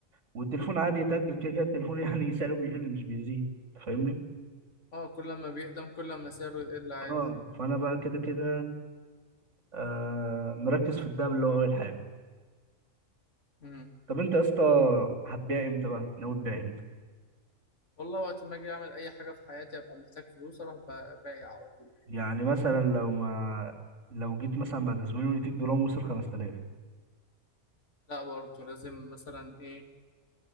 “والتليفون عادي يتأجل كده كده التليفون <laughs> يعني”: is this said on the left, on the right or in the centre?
Right